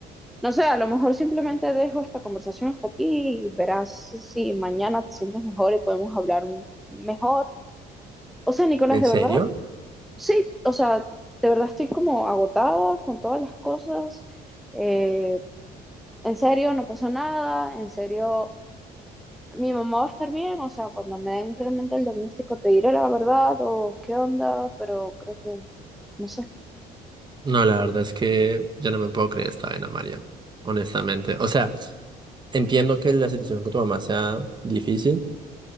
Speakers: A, in the centre; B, on the right (about 25°).
A: no sé, a lo mejor simplemente dejo esta conversación hasta aquí y verás si, si mañana te sientes mejor y podemos hablar m- mejor. O sea, Nicolás,
B: ¿En
A: de
B: serio?
A: verdad, sí, o sea, de verdad estoy como agotada con todas las cosas, eh, en serio, no pasó nada, en serio mi mamá va a estar bien, o sea, cuando me den realmente el diagnóstico te diré la verdad o qué onda, pero creo que, no sé,
B: No, la verdad es que yo no me puedo creer esta vaina, María. Honestamente. O sea, entiendo que la situación con tu mamá sea difícil.